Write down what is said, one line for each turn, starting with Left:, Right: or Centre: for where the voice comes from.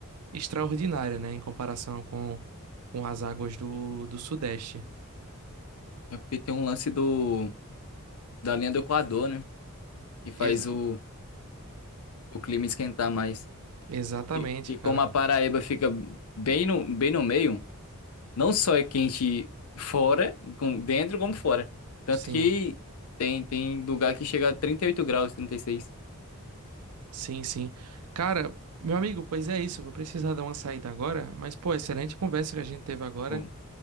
Right: extraordinária, né, em comparação com, com as águas do, do Sudeste.
Left: É porque tem um lance do da linha do Equador, né? Que faz
Right: Ex-
Left: o, o clima esquentar mais.
Right: exatamente,
Left: E, e
Right: cara.
Left: como a Paraíba fica bem no, bem no meio, não só é quente fora, com, dentro como fora. Tanto
Right: Sim,
Left: que tem, tem lugar que chega a 38 graus, trinta e seis
Right: sim, sim. Cara, meu amigo, pois é isso, eu vou precisar dar uma saída agora, mas pô, excelente conversa que a gente teve agora.
Left: Pô,